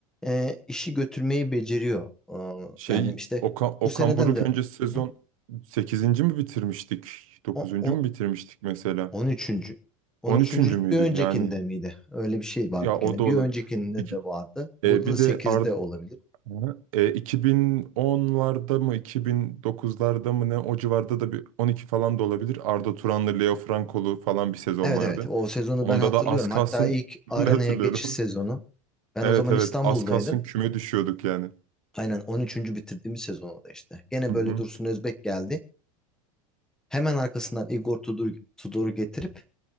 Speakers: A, in the centre; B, on the right.
A: e, işi götürmeyi beceriyor. E,
B: Şey
A: yani işte
B: Okan, Okan
A: bu seneden
B: Buruk
A: de
B: öncesi sezon
A: Hı hı.
B: sekizinci mi bitirmiştik? Dokuzuncu
A: O, o-
B: mu bitirmiştik mesela?
A: On üçüncü, on
B: On
A: üçüncülük
B: üçüncü müydü
A: bir öncekinde
B: yani?
A: miydi? Öyle bir şey vardı
B: Ya o
A: gene.
B: da
A: Bir
B: olabilir.
A: öncekinde
B: Bir,
A: de vardı.
B: e,
A: Burada
B: bir
A: da 8'de
B: de Ar-
A: olabilir.
B: Hı. E, 2010'larda mı 2009'larda mı ne o civarda da bir 12 falan da olabilir. Arda Turan'lı Leo Frankolu falan bir sezon
A: Evet
B: vardı.
A: evet o sezonu
B: Onda
A: ben hatırlıyorum.
B: da az kalsın
A: Hatta ilk
B: <laughs>
A: arenaya
B: ben de hatırlıyorum.
A: geçiş sezonu. Ben
B: Evet
A: o zaman
B: evet
A: İstanbul'daydım.
B: az kalsın küme düşüyorduk yani.
A: Aynen on üçüncü bitirdiğimiz sezon oldu işte. Gene
B: Hı
A: böyle
B: hı.
A: Dursun Özbek geldi. Hemen arkasından Igor Tudor, Tudor'u getirip